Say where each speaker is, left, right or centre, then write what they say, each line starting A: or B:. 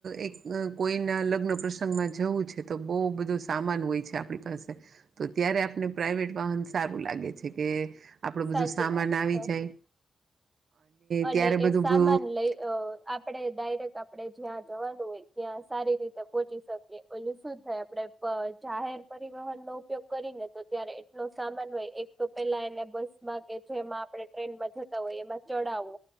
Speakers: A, on the right (about 65°); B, on the right (about 15°).
A: એક કોઈના લગ્ન પ્રસંગમાં જવું છે તો બહું બધું સામાન હોય છે આપણી પાસે તો ત્યારે આપને પ્રાઇવેટ વાહન સારું લાગે છે કે આપડું
B: સાચી
A: બધું સામાન
B: વાત
A: આવી
B: છે.
A: જાય
B: અને
A: ત્યારે બધું
B: એ સામાન
A: બ
B: લઈ આપડે ડાયરેક્ટ આપડે જ્યાં જવાનું ત્યાં સારી રીતે પહોંચી શકીએ ઓલું શું થાય આપડે જાહેર પરિવહન નો ઉપયોગ કરીને તો ત્યારે એટલો સામાન હોય એક તો પેલા એને બસમાં કે જેમાં આપણે ટ્રેનમાં જતા હોય એમાં ચડાવો